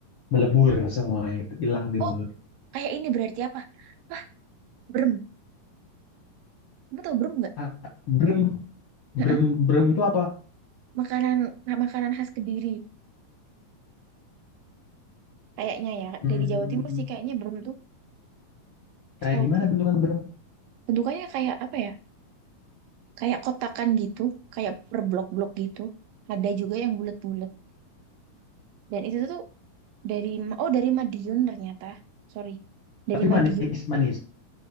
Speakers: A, on the left; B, on the right.
A: melebur semua itu hilang di
B: Oh,
A: mulut.
B: kayak ini berarti apa? Wah, brem. Kamu tau brem nggak?
A: Ah, brem
B: mm
A: brem brem itu apa?
B: Makanan, makanan khas Kediri. Kayaknya ya
A: Hmm,
B: dari Jawa Timur sih kayaknya brem tuh. Setahu
A: kayak gimana bentukan brem?
B: bentukannya kayak apa ya kayak kotakan gitu kayak per blok-blok gitu ada juga yang bulat-bulat dan itu tuh dari oh dari Madiun ternyata sorry dari
A: Tapi
B: Madiun
A: manis manis.